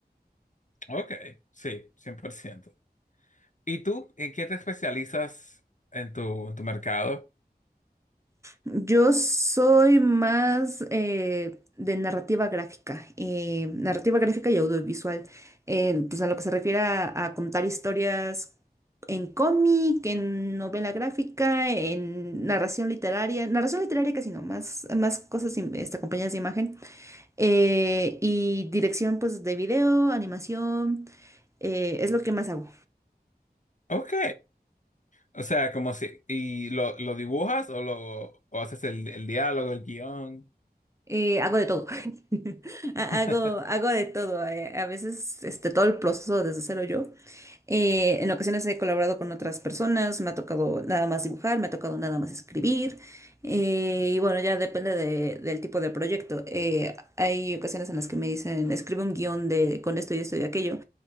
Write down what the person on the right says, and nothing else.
Yo soy más eh, de narrativa gráfica, eh, narrativa gráfica y audiovisual, eh, pues a lo que se refiere a, a contar historias en cómic, en novela gráfica, en narración literaria, narración literaria casi no, más, más cosas im- este, acompañadas de imagen, eh, y dirección pues de video, animación, eh, es lo que más hago.
Eh, hago de todo. <laughs> Ha-
Hago, hago de todo. eh, A veces este, todo el proceso desde cero yo. Eh, en ocasiones he colaborado con otras personas, me ha tocado nada más dibujar, me ha tocado nada más escribir. eh, y bueno, ya depende de- del tipo de proyecto. Eh, hay ocasiones en las que me dicen, escribe un guión de con esto y esto y aquello.